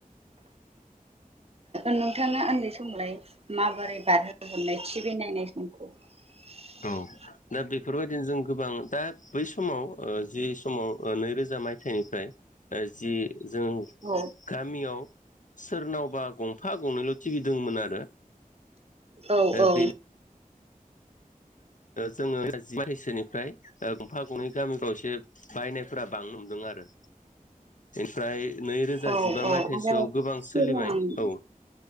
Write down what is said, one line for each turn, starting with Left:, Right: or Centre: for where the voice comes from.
Right: नोंथाङा उन्दै समलाय माबोरै बारहोहरनाय टिभि नायनाय समखौ? <unintelligible>
Left: औ दा बेफोरबायदिनो जों गोबां दा बै समाव जि समाव नैरोजा मायथाइनिफ्राय जि जों
Right: औ
Left: गामियाव सोरनाव गंफा गंनैल' थि भि दंमोन आरो।
Right: औ
Left: ओ
Right: औ
Left: बेनि जोङो <unintelligible> निफ्राय गंफा गंनै गामिफोराव एसे बायनायफोरा हमदों आरो। फ्राय नैरोजा
Right: औ
Left: जिबा
Right: औ
Left: मायथाइसोआव
Right: आरो
Left: गोबां
Right: सिगां
Left: सोलिबाय औ।